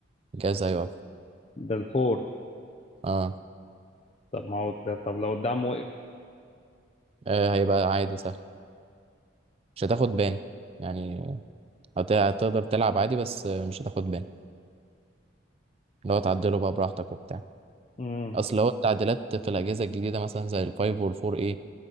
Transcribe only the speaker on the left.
ده الفور
طب ما هو ده طب لو الدعم وقف
امم